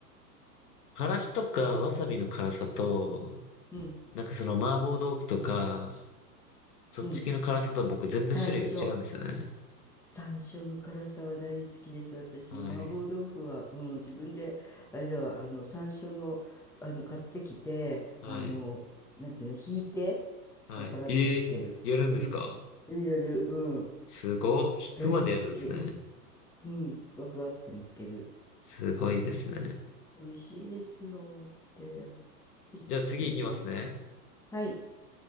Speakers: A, on the left; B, in the centre.
A: からしとかわさびの辛さと、
B: うん
A: なんかその麻婆豆腐とか、そっち系の辛さと僕全然種類が違うんですよね。
B: うん。山椒。山椒の辛さは大好きです。私、
A: はい。
B: 麻婆豆腐は、うん、自分で、あれだわ、あの、山椒の、あの、買ってきて、
A: はい。
B: あの、なんていうの、ひいて、
A: はい。
B: パラパラってかける。
A: ええやるんですか
B: うん。やるやる、うん。
A: すごっ。引くまでやるんですね。
B: 大好き。うん。ふわふわってのっける。
A: すごいですね。
B: 美味しいですよって。ピリピリするやつね。
A: じゃあ次行きますね。
B: はい。